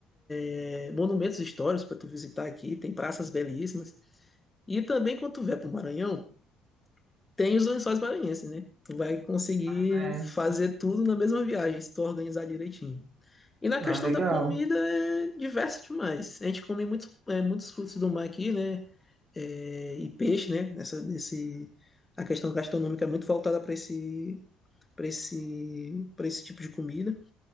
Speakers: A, on the left; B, on the right.
A: é, monumentos históricos para tu visitar aqui, tem praças belíssimas. E também quando tu vier para o Maranhão, tem os lençóis maranhenses, né? Tu vai conseguir
B: Parece.
A: fazer tudo na mesma viagem, se tu organizar direitinho. E na
B: Ah,
A: questão
B: legal.
A: da comida é diverso demais. A gente come muitos, é, muitos frutos do mar aqui, né? É, e peixe, né? Nessa, nesse, a questão gastronômica é muito voltada para esse, para esse, para esse tipo de comida.